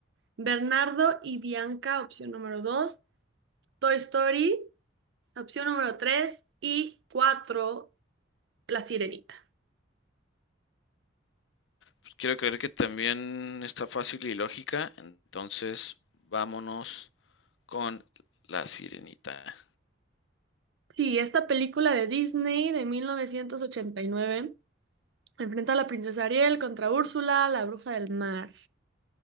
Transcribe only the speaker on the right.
Bernardo y Bianca, opción número dos. Toy Story. Opción número 3 y 4 La Sirenita.
Sí, esta película de Disney de 1989 enfrenta a la princesa Ariel contra Úrsula, la bruja del mar.